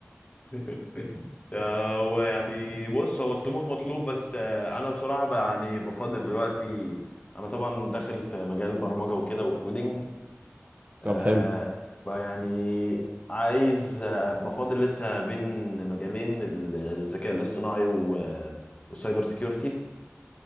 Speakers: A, on the left; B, on the right.
A: <laughs> آه، هو يعني بص هو الطموح مطلوب بس آه، انا بصراحة بقى يعني بفضل دلوقتي انا طبعا داخل في مجال البرمجة وكده والكودينج آه
B: <laughs> طب حلو
A: بقى يعني عايز آه، بفاضل لسه بين مجالين ال- الذكاء الاصطناعي و- والسايبر سيكيورتي